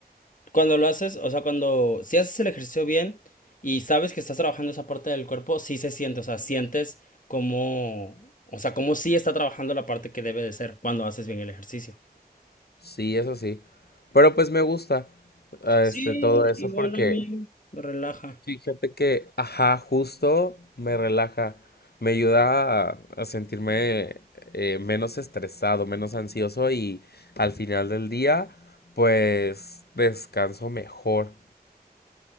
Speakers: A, on the left; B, on the left.
A: cuando lo haces, o sea, cuando si haces el ejercicio bien y sabes que estás trabajando esa parte del cuerpo, sí se siente, o sea, sientes como, o sea, como sí está trabajando la parte que debe de ser cuando haces bien el ejercicio.
B: Sí, eso sí. Pero pues me gusta ah,
A: Sí,
B: este todo eso
A: igual
B: porque
A: a mí me relaja.
B: fíjate que, ajá, justo me relaja, me ayuda a, a sentirme eh, menos estresado, menos ansioso y al final del día, pues descanso mejor.